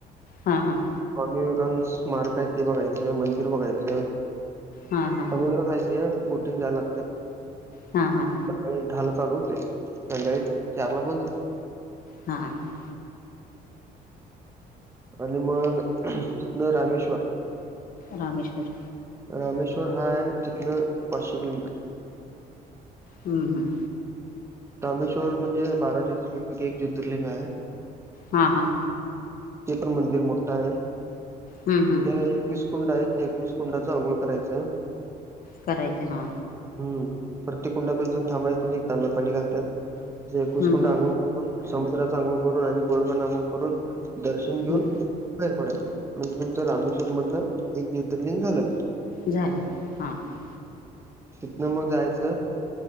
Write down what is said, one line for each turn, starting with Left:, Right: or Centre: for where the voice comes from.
Left: हा हा
Right: स्वामी विवेकानंदच स्मारक आहे ते बघायचं मंदिर बघायचं
Left: हा हा
Right: समुद्र साहतीय बुटीन झाला
Left: हां हां
Right: सकाळी दहाला चालू होते संध्याळी चार ला बंद होते
Left: हां हां
Right: आणि मग तिथनं रामेश्वर
Left: रामेश्वर
Right: रामेश्वर हा आहे इथन पाचशे किलोमीटर
Left: हम् हं
Right: रामेश्वर म्हणजे बारा ज्योतर्लिंंगपैकी एक ज्योतिर्लिंग आहे
Left: हा हा
Right: ते पण मंदिर मोठा आहे तिथं
Left: हम्म हम्म
Right: एकवीस कुंड आहेत त्या कुस कुंडांच आंघोळ करायचं
Left: करायच हा
Right: हम् प्रत्येक कुंडात जोन थांबा एक तांब्या पाणी घातात एकवीस
Left: हम्म
Right: कुंड
Left: हम्म
Right: अंघोळ समुद्राचा अघुळ करून आणि गोडपना अघुळ करून दर्शन घेऊन
Left: हम्म
Right: फैर पडाय म्हणज तुचं रामेश्वर मधलं एक ज्योतिर्लिंग झालं
Left: झाले हां हां
Right: तिथन मग जायचं